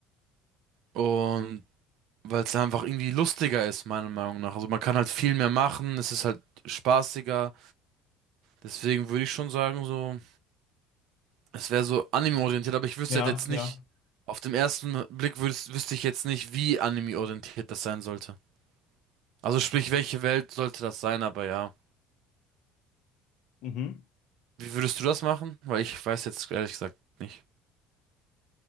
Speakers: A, on the right; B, on the left.
A: Und weil es einfach irgendwie lustiger ist, meiner Meinung nach. Also man kann halt viel mehr machen, es ist halt spaßiger. Deswegen würde ich schon sagen, so, es wäre so Anime-orientiert, aber ich wüsste
B: ja,
A: halt jetzt nicht,
B: ja.
A: auf dem ersten Blick würdest, wüsste ich jetzt nicht, wie Anime-orientiert das sein sollte. Also sprich, welche Welt sollte das sein, aber ja.
B: Mhm.
A: Wie würdest du das machen? Weil ich weiß jetzt ehrlich gesagt nicht.